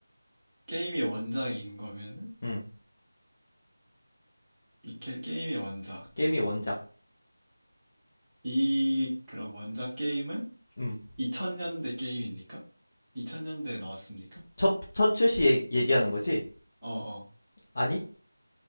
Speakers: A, in the centre; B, on the left (about 25°).
A: 게임이 원작인 거면은
B: 음.
A: 이게 게임의 원작.
B: 게임이 원작.
A: 이 그럼 원작 게임은
B: 음,
A: 2000년대 게임입니까? 2000년대에 나왔습니까?
B: 첫, 첫 출시 얘- 얘기하는 거지?
A: 어어.
B: 아니,